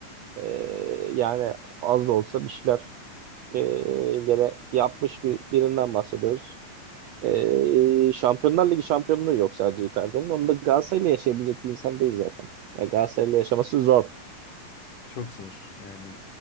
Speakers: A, on the right (about 65°); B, on the left (about 70°).
A: e, yani az da olsa bir şeyler e, gene yapmış bir, birinden bahsediyoruz. E, Şampiyonlar Ligi şampiyonluğu yok sadece Icardi'nin. Onu da Galatasaray'la yaşayabilecek bir insan değil zaten. Ya Galatasaray'la yaşaması zor.
B: Çok zor yani.